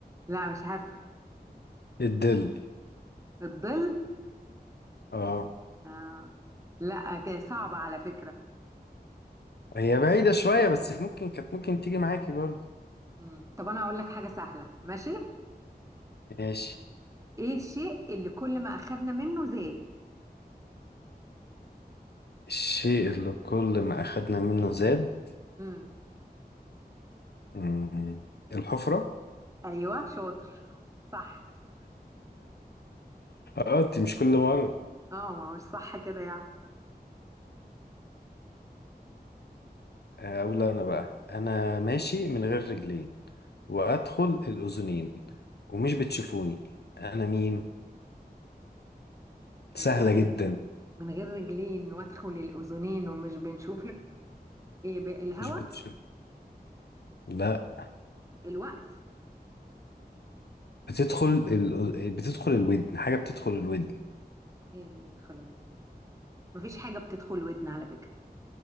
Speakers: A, on the right; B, on the left.
A: لا مش عارفة
B: الدل
A: الظل
B: اه
A: آه لا كده صعبة على فكرة
B: هي بعيدة شوية بس ممكن كانت ممكن تيجي معاكي برضو
A: مم. طب انا هقول لك حاجة سهلة ماشي
B: ماشي
A: ايه الشيء اللي كل ما اخدنا منه زاد
B: الشيء اللي كل ما أخدنا منه زاد
A: مم.
B: مم. الحفرة <laughs>
A: ايوه شاطر صح
B: اه انت مش كل مرة
A: اه ما هو مش صح كده يعني
B: اقول انا بقى انا ماشي من غير رجلين وادخل الاذنين ومش بتشوفوني انا مين
A: من
B: سهلة
A: غير
B: جدا
A: رج... من غير رجلين وادخل الاذنين ومش بنشوف ايه بقى الهوا
B: مش بتشوف لا
A: الوقت
B: بتدخل ال... بتدخل الودن حاجة بتدخل الودن
A: ايه اللي بيدخل ودن مفيش حاجه بتدخل ودن على فكره